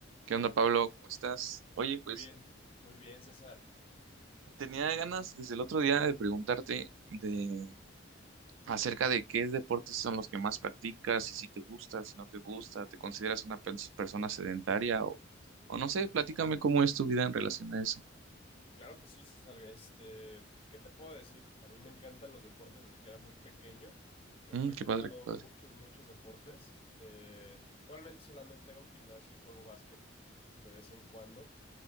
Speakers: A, on the right; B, on the left.
A: ¿Qué onda, Pablo? ¿Cómo estás? Oye, pues
B: Muy bien, muy bien, César.
A: tenía ganas desde el otro día de preguntarte de acerca de qué deportes son los que más practicas y si te gusta, si no te gusta, ¿te consideras una pers- persona sedentaria o, o no sé, platícame cómo es tu vida en relación a eso.
B: Claro que sí, César. Este, ¿qué te puedo decir? A mí me encantan los deportes desde que era muy pequeño. He
A: Mm,
B: practicado
A: qué padre, qué padre.
B: muchos, muchos deportes. Eh, actualmente solamente hago gimnasio y juego básquet de vez en cuando,